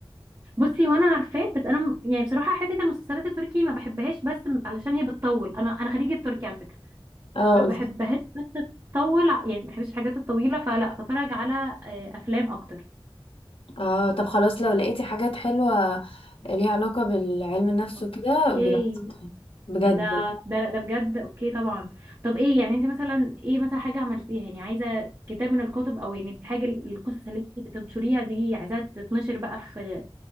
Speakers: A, on the right; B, on the left.
A: بصي وانا عارفاه بس انا م- يعني بصراحه حته المسلسلات التركي ما بحبهاش بس م- علشان هي بتطول انا انا خريجه تركي على فكره
B: اه
A: ما
B: قلت
A: بحبهاش بس تطول ع- يعني ما بحبش الحاجات الطويله فلا بتفرج على آه، افلام اكتر
B: اه طب خلاص لو لقيتي حاجات حلوه ليها علاقه بالعلم النفس
A: اوكي
B: وكده ببعتيها بجد
A: ده ده ده بجد اوكي طبعا طب ايه يعني انت مثلا ايه مثلا حاجه عملتيها يعني عايزه كتاب من الكتب او يعني الحاجه ال- القصص اللي انت بتنشريها دي عايزاها تتنشر بقى في